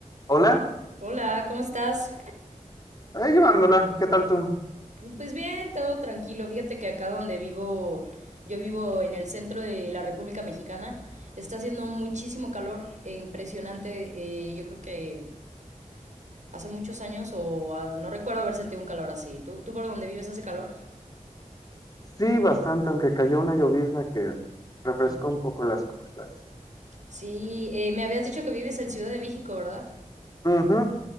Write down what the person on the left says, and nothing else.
Hola,
ahí llevándola, ¿qué tal tú?
Sí, bastante, aunque cayó una llovizna que refrescó
un poco las cosas.
Ujú,